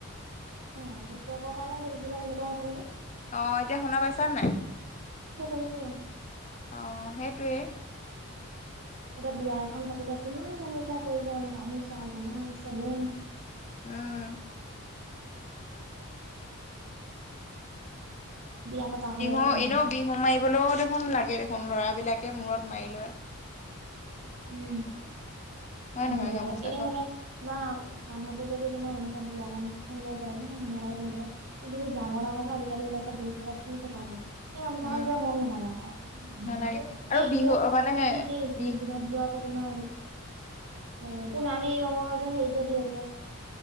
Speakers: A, on the right; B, on the left.
A: অকৰ কাৰণে ঘেত কিবা তেনেকুৱা আছে নেকি <unintelligible>
B: অহ এতিয়া শুনা পাইছা নাই
A: যে শুনিছো অ।
B: অহ সেইটোৱে।
A: এতিয়া বিয়া এখন পাতিলে কিমান গামোচা প্ৰয়োজন গামোচা ৰুমাল চেলেং।
B: উম,
A: বিয়া পতা ঘৰেহে
B: বিহু
A: জানে
B: এনে
A: আৰু
B: বিহু মাৰিবলৈও দেখোন লাগে দেখোন লৰাবলাকে মূৰত মাৰি লয়।
A: উম,
B: হয়
A: ইমান
B: নহয়
A: ধুনীয়া
B: গামোচাখন
A: লাগে এনেই মানে তোমাৰ গানহতো যদি তোমাৰ এনে অ' বোৱা গামোচাখন লৈ যায় ইমান ধুনীয়া লাগে দেখিবেলাই কিন্তু সেই ডাঙৰ-ডাঙৰ যে আজিকালি ওলাইছে দুইফালে ফুল থকা যে, সেই গামোচাখন
B: উম
A: গৈ মন নালাগে আকৌ গামোচাতটো
B: নালাগে
A: একেই
B: আৰু বিহু
A: হলেও মানে সেই
B: বি
A: বোৱাৰ কাৰনে আৰু সুণালী ৰঙৰ যে হেৰিতে দিয়ে যে,